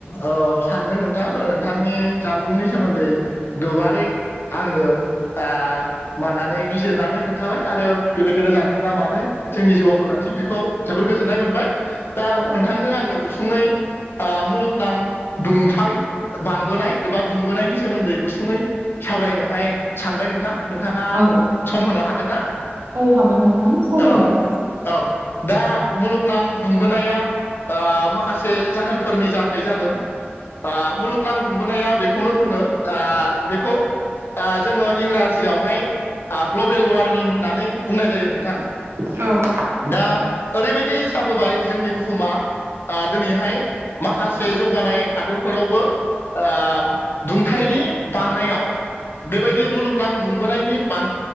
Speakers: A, on the left (about 60°); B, on the right (about 80°).
A: औ सानदों नोंथां नोंथांनि जानबुंनि सोमोन्दै गोबारै आंनो आ मानानै बिजुिरनानै खोन्थाबाय आरो। बेबायदिनो जानबुंङा मानो जोंनि जिउआव गोनांथि बेखौ जोबोर गोजोननाय मोनबाय दा।
B: औ
A: आङो गुसुंङै बा मुलुगनां दुंथाइ बांबोनाय एबा दुंबोनायनि सोमोन्दै गुसुङै सावरायनोहाय सानबाय नोंथां, नोंथाङा
B: औ
A: सम होनो हागोन ना?
B: औ हागोन नोंथां सावरायजागोन
A: औ औ दा मुलुगनां दुंबोनाया ओ माखासे जाहोनफोरनि जाखाय जादों। ओ मुलुगनां दुंबोनाया बेखौनो बुंङो ओ बेखौ ओ जोंङो इंराजियावहाय ओ ग्लबेल वार्मिं होननानै बुंनाय जायो नोंथां।
B: औ
A: दा ओरैबायदि जाबोबाय जोंनि बुहुमा आ दिनैहाय माखासे जौगानाय हादरफोरावबो ओ दुंथायनि बांनायाव बेबायदि मुलुगनां दुंबोनायनि बां